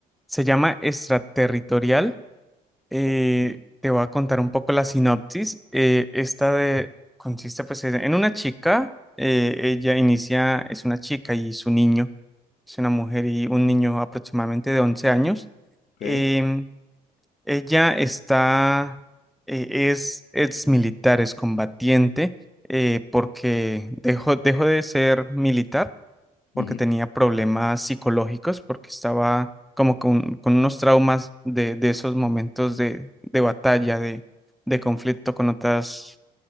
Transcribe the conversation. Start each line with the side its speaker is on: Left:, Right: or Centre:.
Centre: se llama extraterritorial. eh,
Left: ok,
Centre: te voy a contar un poco la sinopsis. eh, esta de, consiste pues en en una chica, eh, ella inicia, es una chica y su niño, es una mujer y un niño aproximadamente de 11 años.
Left: ok,
Centre: em, ella está, eh, es ex militar, es combatiente, eh, porque dejó, dejó de ser militar porque
Left: ujú,
Centre: tenía problemas psicológicos, porque estaba como con, con unos traumas de, de esos momentos de, de batalla, de, de conflicto con otras